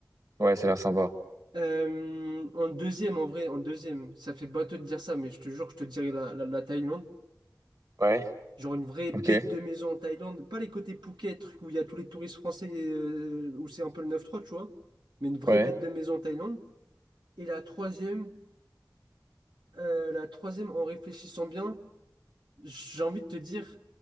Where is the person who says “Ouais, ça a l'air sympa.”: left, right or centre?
Right